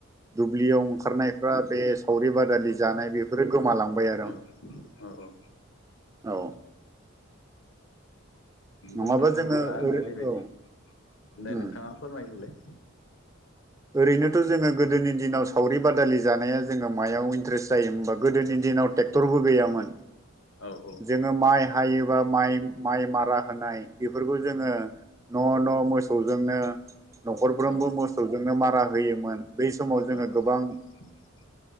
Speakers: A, on the right; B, on the left.
A: दुब्लियाव ओंखारनायफ्रा बे सावरि बादालि जानाय बेफोरो गोमालांबाय आरो।
B: औ औ औ
A: औ नङाबा
B: बुंनो थाङोबा
A: जोङो ओरै
B: नोओरैबायदि
A: औ
B: दे
A: उम
B: नोंथाङा फोरमायग्रोलाय।
A: ओरैनोथ' जोङो गोदोनि दिनाव सावरि बादालि जानाया जोङो मायाव इन्ट्रेस्ट जायो होमबा गोदोनि दिन दिनाव ट्रेक्टरबो गैयामोन।
B: औ औ।
A: जोङो माइ हायोबा माइ- माइ मारा होनाय बेफोरखौ जोङो न' न' मोसौजोंनो न'खरफ्रोमबो
B: औ
A: मोसौजोंनो मारा होयोमोन बै समाव जो
B: औ
A: ङो गोबां
B: <inaudible>